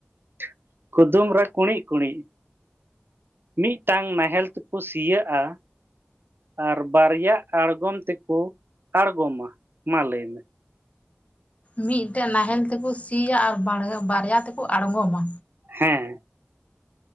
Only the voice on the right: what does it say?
<inaudible> ᱠᱩᱫᱩᱢ ᱨᱮ ᱠᱩᱬᱤᱜ ᱠᱩᱬᱤᱜ᱾ ᱢᱤᱫᱴᱟᱝ ᱱᱟᱦᱮᱞ ᱛᱮᱠᱚ ᱥᱤᱭᱟᱹᱜᱼᱟ᱾ ᱟᱨ ᱵᱟᱨᱭᱟ ᱟᱬᱜᱚᱢ ᱛᱮᱠᱚ ᱟᱬᱜᱚᱢᱟ ᱢᱟ ᱞᱟᱹᱭ ᱢᱮ᱾
ᱦᱮᱸ